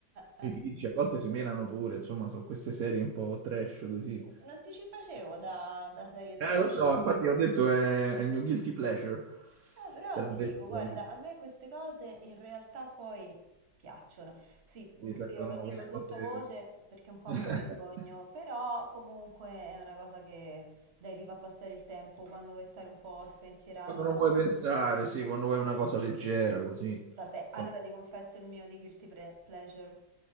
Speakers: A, on the right (about 40°); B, on the right (about 70°).
A: Eh,
B: Litigi,
A: eh.
B: a volte si menano pure, insomma, sono queste serie un po' trash così.
A: Non ti ci facevo da, da serie trash.
B: Eh, lo so, infatti ho detto è, è il mio guilty pleasure,
A: Eh, però
B: te l'ho
A: ti
B: detto,
A: dico, guarda,
B: eh,
A: a me queste cose in realtà poi piacciono. Sì, mh,
B: si
A: pure
B: sentono
A: io lo dico
B: quelle
A: sottovoce
B: cose
A: perché un po'
B: <laughs>
A: me ne vergogno, però comunque è una cosa che dai, ti fa passare il tempo quando vuoi stare un po' spensierato,
B: quando non
A: no?
B: vuoi pensare, sì, quando vuoi una cosa leggera così.
A: Vabbè,
B: Sono...
A: allora ti confesso il mio di guilty pre- pleasure.